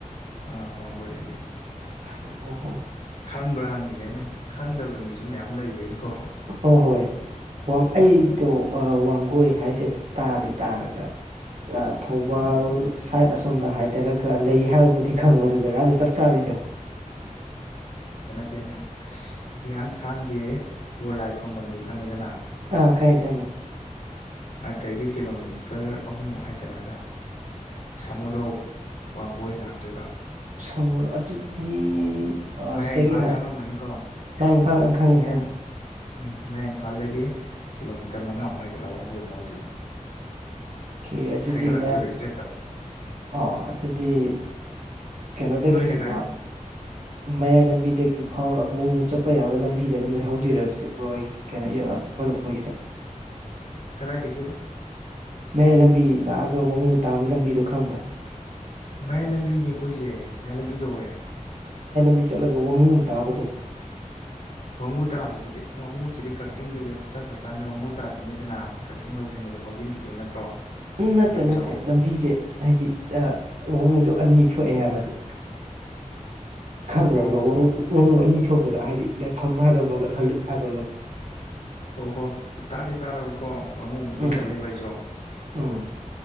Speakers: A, on the left (about 80°); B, on the right (about 60°).
A: ꯑꯥ ꯋꯥꯡꯒꯣꯏꯗꯒꯤ
B: <unintelligible>
A: ꯈꯪꯕ꯭ꯔꯥ ꯍꯪꯉꯤꯁꯦ ꯑꯩꯅ ꯈꯪꯗꯕ ꯃꯤꯁꯨ ꯃꯌꯥꯝ ꯂꯩꯕꯩꯅꯤꯀꯣ
B: ꯍꯣ ꯍꯣꯏ ꯋꯥ ꯑꯩꯗꯣ ꯋꯥꯡꯒꯣꯏ ꯍꯥꯏꯁꯦ ꯇꯥꯗꯤ ꯇꯥꯔꯒ ꯑ ꯊꯧꯕꯥꯜ
A: ꯍꯣꯏ ꯍꯣꯏ
B: ꯁꯥꯏꯠ ꯑꯁꯣꯝꯗ ꯍꯥꯏꯊꯔꯒ ꯂꯩ ꯍꯥꯏꯕꯕꯨꯗꯤ ꯈꯪꯕ ꯗꯨ ꯖꯒꯥꯗꯤ ꯆꯞ ꯆꯥꯕꯤꯗꯣ
A: ꯇꯦꯅꯩ <unintelligible> ꯍꯤꯌꯥꯡꯊꯥꯡꯒꯤ ꯕꯣꯔ ꯂꯥꯏ ꯈꯨꯔꯨꯝꯐꯝꯗꯤ ꯈꯪꯉꯤꯗꯅ
B: ꯑꯥ ꯈꯪꯉꯦ ꯈꯪꯉꯦ
A: ꯑꯗꯒꯤ ꯀꯤꯂꯣꯃꯤꯇꯔ ꯑꯍꯨꯝꯃꯨꯛ ꯍꯥꯏꯗꯔꯒ ꯁꯃꯨꯔꯧ ꯋꯥꯡꯒꯣꯏ ꯂꯥꯛꯇꯣꯏꯕ
B: ꯁꯣꯃꯨꯔ ꯑꯗꯨꯗꯤ ꯑ
A: ꯃꯌꯥꯏ
B: ꯁꯤꯗꯒꯤ
A: ꯏꯝꯐꯥꯜ
B: ꯍꯥꯏ
A: ꯈꯪꯉꯝꯃꯅꯤꯀꯣ
B: ꯃꯌꯥꯡ ꯏꯝꯐꯥꯜ ꯑꯪ ꯈꯪꯉꯤ
A: ꯃꯌꯥꯏ
B: ꯈꯪꯉꯤ
A: ꯎꯝ ꯃꯌꯥꯡ ꯏꯝꯐꯥꯜꯗꯒꯤ ꯀꯤꯂꯣꯃꯤꯇꯔ ꯃꯉꯥꯃꯨꯛ ꯍꯥꯏ ꯒ ꯋꯥꯡꯒꯣꯏ ꯑꯃꯨꯛ ꯑꯣꯏꯗꯣꯏꯕ
B: ꯑꯣꯀꯦ ꯑꯗꯨꯗꯤ
A: ꯍꯥꯏꯒꯠꯂꯛꯇꯣꯏꯕ
B: ꯃꯌꯥ
A: ꯁ꯭ꯇ꯭ꯔꯦꯠꯇ
B: ꯑꯣ ꯑꯗꯨꯗꯤ ꯀꯩꯅꯣꯗꯒꯤ
A: ꯅꯣꯏꯅ ꯀꯥꯏꯗꯅꯣ
B: ꯑꯥꯝ ꯃꯌꯥꯏ ꯂꯝꯕꯤꯗꯒꯤ ꯐꯥꯎꯔꯒ ꯋꯉꯨ ꯆꯠꯄ ꯌꯥꯕ ꯂꯝꯕꯤꯗ ꯑꯗꯨꯝ ꯂꯩꯍꯧꯗꯣꯢꯔꯥ ꯑꯗꯨꯗꯤ ꯕ꯭ꯔꯣ ꯍꯣꯢꯒꯤꯁꯦ ꯀꯩꯅꯣ ꯌꯧꯔꯒ <unintelligible> ꯍꯣꯢꯒꯤꯁꯦ
A: ꯀꯗꯥꯥꯏꯗꯒꯤꯕ
B: ꯃꯌꯥꯏ ꯂꯝꯕꯤ ꯂꯥꯛꯑꯒ ꯋꯥꯡꯍꯨ ꯇꯥꯕ ꯂꯝꯕꯤꯗꯣ ꯈꯪꯕ꯭ꯔꯥ
A: ꯃꯌꯥꯏ ꯂꯝꯕꯤꯅꯦ ꯑꯩꯈꯣꯏꯁꯦ ꯃꯌꯥꯏ ꯂꯝꯕꯤ ꯀꯧꯋꯦ
B: ꯃꯤ ꯆꯠꯂꯒ ꯋꯥꯡꯉꯨ ꯇꯥꯕꯗꯣ
A: ꯋꯥꯉꯨ ꯇꯥꯕꯗꯨꯗꯤ ꯋꯥꯉꯨꯁꯤꯗꯤ ꯀꯛꯆꯤꯡ ꯗꯩꯒ ꯆꯠꯈ꯭ꯔꯀꯥꯟꯗ ꯋꯥꯡꯉꯨ ꯇꯥꯗꯣꯏꯅꯤꯗꯅ ꯀꯛꯆꯤꯡ ꯌꯧꯗ꯭ꯔꯤꯉꯩꯗ ꯗ ꯐꯥꯎꯖꯤꯟꯈꯤꯗꯣꯏ ꯅꯠꯇ꯭ꯔꯣ
B: ꯎꯝ ꯅꯠꯇꯦ
A: ꯂꯝꯖꯥꯎ
B: ꯅꯠꯇꯦ ꯂꯝꯕꯤꯁꯦ ꯍꯥꯏꯗꯤ ꯑ ꯋꯥꯉꯨꯗꯣ ꯑꯅꯤ ꯊꯣꯛꯑꯦ ꯍꯥꯏꯕ ꯑꯗꯨ ꯈꯪꯕ꯭ꯔꯥ
A: ꯑꯣꯍꯣ
B: ꯕ꯭ꯔꯣ ꯋꯥꯉꯨ ꯑꯅꯤ ꯊꯣꯛꯄꯗꯣ ꯍꯥꯏꯗꯤ ꯂꯩꯐꯝ ꯍꯥꯏꯕ ꯑꯃꯒ ꯍꯜꯂꯨꯛ ꯍꯥꯏꯕ ꯑꯃꯒ
A: ꯑꯣ ꯍꯣ ꯇꯥꯗꯤ ꯇꯥꯔꯕꯀꯣ ꯋꯥꯡꯉꯨ ꯑꯃꯗꯤ
B: ꯎꯝ
A: ꯆꯠꯂꯦꯕ ꯑꯩꯁꯨ ꯑ
B: ꯎꯝ